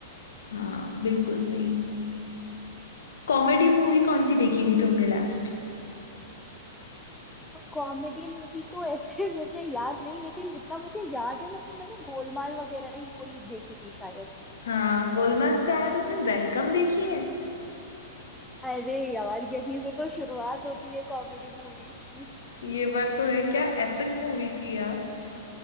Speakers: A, on the left; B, in the centre.
A: हाँ बिल्कुल सही कॉमेडी मूवी कौन सी देखी थी तुमने लास्ट
B: कॉमेडी मूवी तो ऐसे <laughs> मुझे याद नहीं लेकिन जितना मुझे याद है मतलब मैंने गोलमाल वगैरह ही कोई देखी थी शायद
A: हाँ गोलमाल से आया तुमने वेलकम देखी है
B: अरे यार यहीं से तो शुरुआत होती है कॉमेडी मूवीज की
A: ये बात तो है क्या एपिक मूवी थी यार